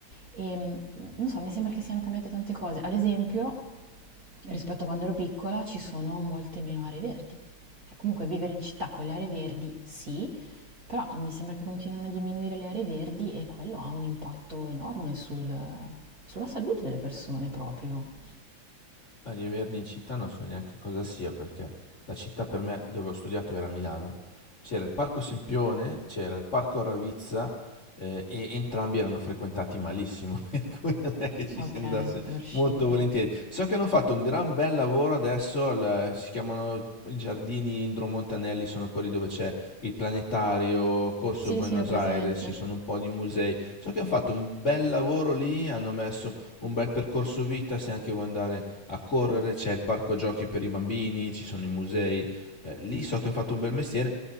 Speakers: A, on the right; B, on the left.
A: e non so, mi sembra che siano cambiate tante cose. Ad esempio, rispetto a quando ero piccola ci sono molte meno aree verdi. Cioè, comunque vivere in città con le aree verdi sì, però mi sembra che continuino a diminuire le aree verdi e quello ha un impatto enorme sul- sulla salute delle persone proprio.
B: No, di Verdi in città non so neanche cosa sia, perché la città per me dove ho studiato era Milano. C'era il Parco Sempione, c'era il Parco Ravizza, eh, e entrambi erano frequentati malissimo, <laughs> per cui non è che ci
A: Ok,
B: si andasse
A: non riuscivi.
B: molto volentieri. So che hanno fatto un gran bel lavoro adesso, al- si chiamano i Giardini Indro Montanelli, sono quelli dove c'è il planetario, Corso
A: Sì,
B: Buenos
A: sì, ho presente.
B: Aires, ci sono un po' di musei. So che hanno fatto un bel lavoro lì, hanno messo un bel percorso vita, se anche vuoi andare a correre, c'è il parco giochi per i bambini, ci sono i musei. Eh, lì so che hanno fatto un bel mestiere,